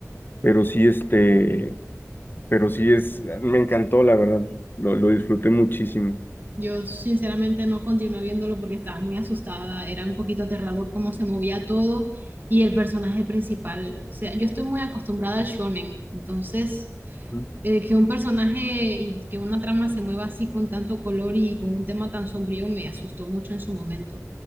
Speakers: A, on the left (about 40°); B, on the right (about 40°).
A: pero sí, este, pero sí es, me encantó, la verdad, lo, lo disfruté muchísimo.
B: Yo sinceramente no continué viéndolo porque estaba muy asustada, era un poquito aterrador cómo se movía todo y el personaje principal, o sea, yo estoy muy acostumbrada al shonen, entonces
A: Ujú.
B: eh, que un personaje y que una trama se mueva así con tanto color y con un tema tan sombrío me asustó mucho en su momento.